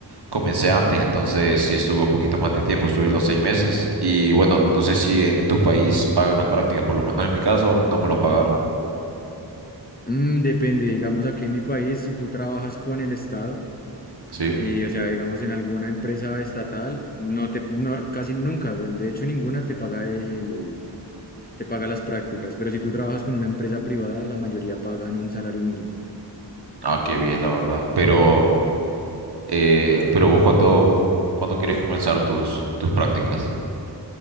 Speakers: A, on the right (about 60°); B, on the left (about 20°).
A: comencé antes, entonces sí estuve un poquito más de tiempo, estuve los seis meses. Y bueno, no sé si en tu país pagan las prácticas, por lo menos en mi caso, no me lo pagaron.
B: Mm, depende, digamos, aquí en mi país, si tú trabajas con el Estado,
A: Sí.
B: eh, o sea, digamos, en alguna empresa estatal, no te, no, casi nunca, de hecho, ninguna te paga el, te paga las prácticas, pero si tú trabajas con una empresa privada, la mayoría pagan un salario mínimo.
A: Ah, qué bien, la verdad. Pero Eh, pero vos cuando, cuando quieres comenzar tus, tus prácticas.